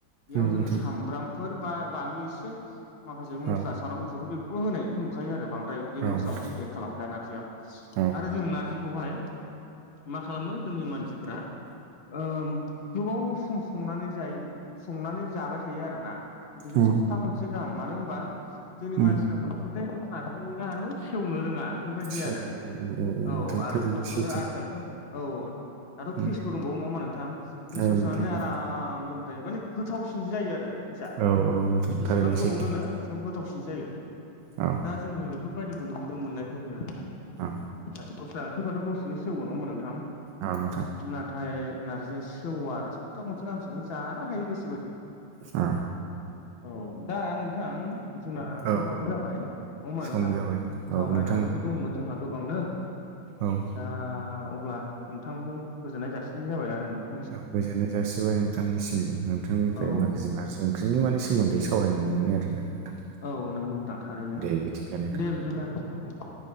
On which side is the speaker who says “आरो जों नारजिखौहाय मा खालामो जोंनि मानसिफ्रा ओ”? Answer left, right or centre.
Left